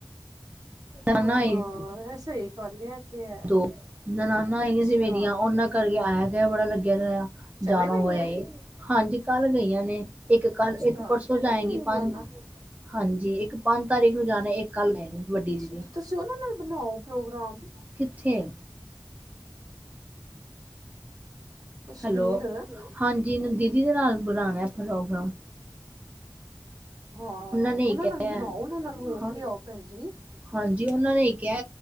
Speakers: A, on the right (about 20°); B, on the right (about 55°).
A: ਜਾਣਾ
B: ਹਾਂ ਹਾਂ, ਐ ਸਹੀ ਗੱਲ ਐ। ਤੇ ਹੈ
A: ਦੋ ਨਣਾਨਾਂ ਆਈਆਂ
B: ਅੱਛਾ
A: ਸੀ ਮੇਰੀਆਂ ਉਹਨਾਂ ਕਰਕੇ ਆਇਆ ਗਿਆ ਬੜਾ ਲੱਗਿਆ ਰਿਹਾ
B: ਚਲੇ
A: ਜਾਣਾ
B: ਗਈ
A: ਹੋਇਆ
B: ਐ
A: ਹਾਂਜੀ ਕੱਲ ਗਈਆਂ ਨੇ। ਇੱਕ ਕੱਲ
B: ਅੱਛਾ
A: ਇੱਕ ਪਰਸੋਂ
B: ਚਲੇ
A: ਜਾਏਗੀ
B: ਗਈ ਐ ਨਨਾਨਾ
A: ਪੰਜ ਹਾਂਜੀ, ਇੱਕ ਪੰਜ ਤਾਰੀਖ ਨੂੰ ਜਾਣਾ ਇੱਕ ਕੱਲ ਗਏ ਨੇ। ਵੱਡੀ
B: ਅੱਛਾ,
A: ਦੀਦੀ
B: ਤੇ ਤੁਸੀਂ ਉਹਨਾਂ ਨਾਲ ਬਣਾਓ ਪ੍ਰੋਗਰਾਮ।
A: ਕਿੱਥੇ
B: ਕਸ਼ਮੀਰ
A: ਹੈਲੋ, ਹਾਂਜੀ ਦੀਦੀ ਦੇ ਨਾਲ ਬਣਾਣਾ ਪ੍ਰੋਗਰਾਮ।
B: ਹਾਂ,
A: ਨੇ ਹੀ
B: ਉਹਨਾਂ
A: ਕਿਹਾ
B: ਨਾਲ ਬਣਾਓ ਉਹਨਾਂ ਨਾਲ ਹੋ
A: ਹਾਂ
B: ਕੇ ਆਓ ਭੈਣ ਜੀ।
A: ਹਾਂਜੀ, ਉਹਨਾਂ ਨੇ ਕਿਹਾ